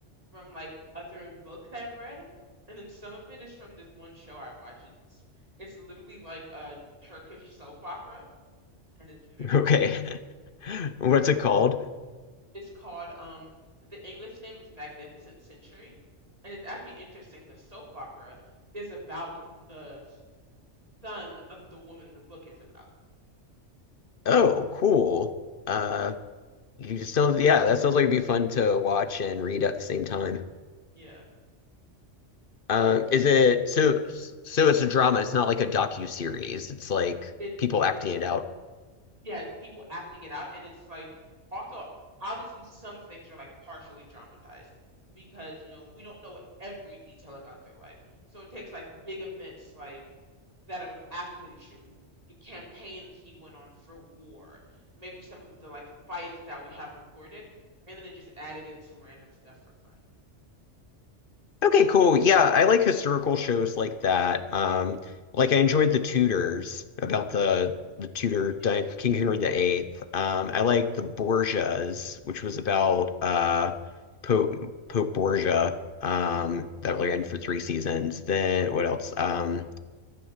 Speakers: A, on the right (about 30°); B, on the left (about 50°).
A: from like other books I've read, and then some of it is from this one show I watch. It's it's literally like a Turkish soap opera, and it's very
B: Okay.
A: funny.
B: <laughs> What's it called?
A: It's called um the English name is Magnificent Century, and it's actually interesting. The soap opera is about the son of the woman the book is about.
B: Oh, cool. Uh, you just sounds yeah, that sounds like it'd be fun to watch and read at the same time.
A: Yeah.
B: Uh, is it so? So it's a drama. It's not like a docu-series. It's like
A: It's
B: people acting
A: it's
B: it out.
A: Yeah, people acting it out, and it's like also obviously some things are like partially dramatized because you know we don't know every detail about their life. So it takes like big events like that are actually true, the campaigns he went on for war, maybe some of the like fights that we have recorded, and then they just added in some random stuff for fun.
B: Okay, cool. Yeah, I like historical shows like that. Um, like I enjoyed The Tudors about the the Tudor
A: Yeah.
B: di- King Henry the Eighth. Um, I like The Borgias, which was about uh Pope Pope Borgia. Um, that ran for three seasons. Then what else? Um,